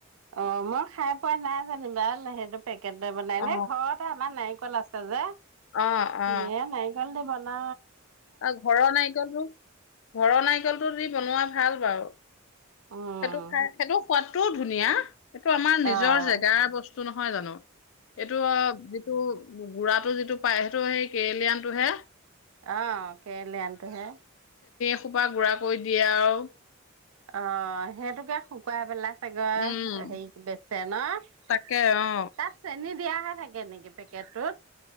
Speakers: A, on the right (about 80°); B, on the left (about 65°).
A: অ' মই খাই পোৱা নাই জানিবা লাহেটো পেকেটে বনাই
B: অ
A: নে ঘৰতে আমাৰ নাই কল আছে যে
B: অ অ
A: ন নাই কাল দে বাল <unintelligible> না।
B: আৰু ঘৰৰ নাৰিকলটো, ঘৰৰ নাৰিকলটো দি বনোৱা ভাল বাৰু।
A: উম,
B: সেইটো খাই সেইটো সোৱাদটোও ধুনীয়া সেইটো আমাৰ নিজৰ
A: অ',
B: জেগাৰ বস্তু। তোঁ নহয় জানো? এইটো অ যিটো। গুড়াতটো যিটো পায় সেইটো সেই কেৰেলিয়ানটোহে।
A: আহ কেৰেলিয়নটোহে।
B: খোপা গুড়া কৰি দিয়ে আৰু।
A: অ সেইটোকে শুকুৱাই পেলাই। <unintelligible>
B: উম
A: হেৰি বেচে না তাত
B: তাকে অ
A: চেনী দিয়াহত। থাকে নেকি পেকেটটোত।